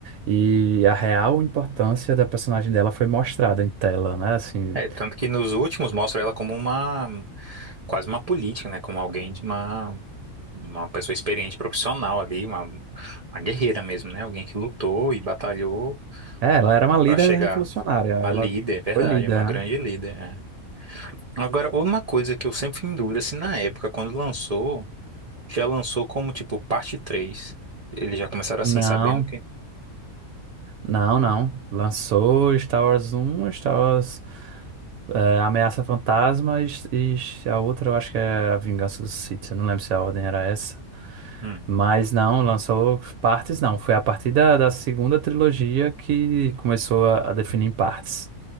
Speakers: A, on the right (about 80°); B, on the right (about 55°).
A: e a real importância da personagem dela foi mostrada em tela, né? Assim,
B: É, tanto que nos últimos mostra ela como uma. Quase uma política, né? Como alguém de uma. Uma pessoa experiente, profissional ali, uma, uma guerreira mesmo, né? Alguém que lutou e batalhou
A: é, ela era uma líder
B: pra chegar
A: revolucionária, ela
B: a líder, é verdade,
A: foi líder,
B: uma grande
A: né?
B: líder. é. Agora, uma coisa que eu sempre fui em dúvida, se na época, quando lançou, já lançou como, tipo, parte três Eles já começaram assim,
A: Não.
B: sabendo que...
A: Não, não. Lançou Star Wars Um, Star Wars é, Ameaça Fantasma e, e a outra eu acho que é A Vingança dos Sith. Eu não lembro se a ordem era essa.
B: Hum.
A: Mas não, lançou partes não. Foi a partir da, da segunda trilogia que começou a, a definir em partes.